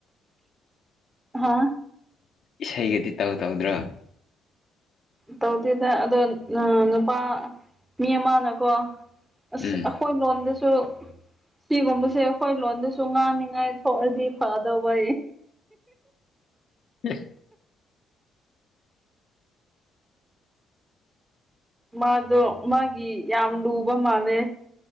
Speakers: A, on the right; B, on the left.
A: ꯍꯥ
B: ꯏꯁꯩꯒꯗꯤ ꯇꯧ ꯇꯧꯗ꯭ꯔꯣ
A: ꯇꯧꯗꯦꯗ ꯑꯗꯣ ꯅꯨꯄꯥ ꯃꯤ ꯑꯃꯅꯀꯣ ꯑꯁ
B: ꯎꯝ
A: ꯑꯩꯈꯣꯏ ꯂꯣꯟꯗꯁꯨ ꯁꯤꯒꯨꯝꯕꯁꯦ ꯑꯩꯈꯣꯏ ꯂꯣꯟꯗꯁꯨ ꯉꯥꯡꯅꯤꯉꯥꯏ ꯊꯣꯛꯑꯗꯤ ꯐꯗꯧꯕ
B: <inaudible>
A: ꯃꯥꯗꯣ ꯃꯥꯒꯤ ꯌꯥꯝ ꯂꯨꯕ ꯃꯥꯜꯂꯦ